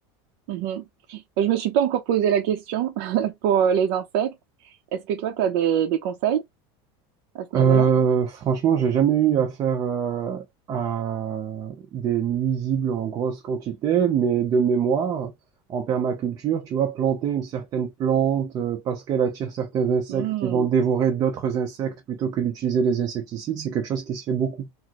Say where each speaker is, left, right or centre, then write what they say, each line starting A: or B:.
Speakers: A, on the right; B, on the right.
A: Mhm. Je me suis pas encore posé la question <laughs> pour euh, les insectes. Est-ce que toi, tu as des, des conseils à ce niveau-là?
B: Euh, franchement, j'ai jamais eu affaire euh, à des nuisibles en grosse quantité, mais de mémoire, en permaculture, tu vois, planter une certaine plante euh, parce qu'elle attire certains insectes
A: Hmm,
B: qui vont dévorer d'autres insectes plutôt que d'utiliser les insecticides, c'est quelque chose qui se fait beaucoup.